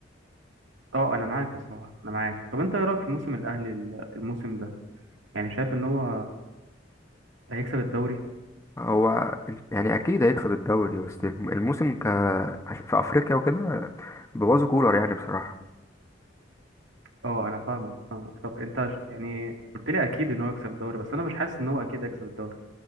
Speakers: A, on the right (about 80°); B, on the left (about 15°).
A: اه انا معاك بصراحة انا معاك طب انت ايه رأيك في موسم الاهلي ال- الموسم ده يعني شايف ان هو هيكسب الدوري
B: هو يعني اكيد هيكسب الدوري بس الموسم ك في افريقيا وكده بوظوا كولر يعني بصراحة
A: اه انا فاهمك فاهمك طب انت ش- يعني قلت لي اكيد ان هو يكسب الدوري بس انا مش حاسس ان هو اكيد هيكسب الدوري